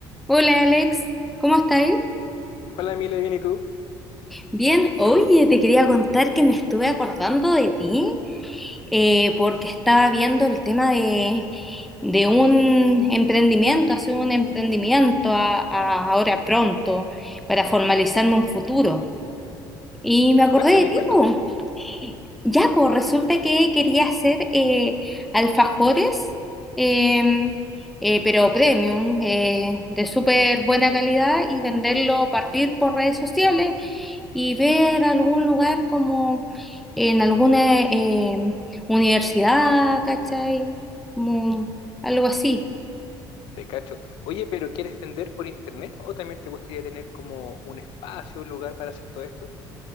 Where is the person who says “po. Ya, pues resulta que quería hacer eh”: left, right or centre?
Centre